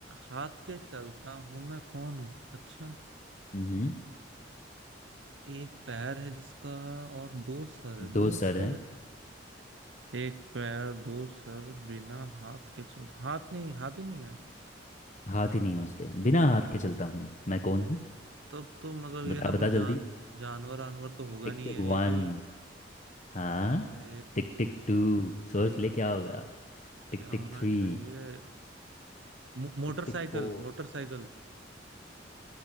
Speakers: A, on the right; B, on the left.
A: हाथ के चलता हूं मैं कौन हूं अच्छा
B: हम्म
A: एक पैर है जिसका और दो सर है
B: दो
A: दो
B: सर
A: सर
B: हैं
A: एक पैर दो सर बिना हाथ के चलता हाथ नहीं हाथ ही नहीं है
B: हाथ ही नहीं है उसके बिना हाथ के चलता हूँ मैं कौन हूँ
A: तब तो मतलब ये
B: बता
A: ना
B: बता
A: कोई
B: जल्दी
A: जान जानवर आनवर तो होगा
B: टिक
A: नहीं
B: टिक
A: है ये
B: वन
A: कोई
B: हाँ
A: अरे
B: टिक टिक टू सोच ले क्या होगा
A: क्या
B: Tick tick
A: होना
B: three
A: चाहिए मो- मोटरसाइकिल
B: tick tick four
A: मोटरसाइकिल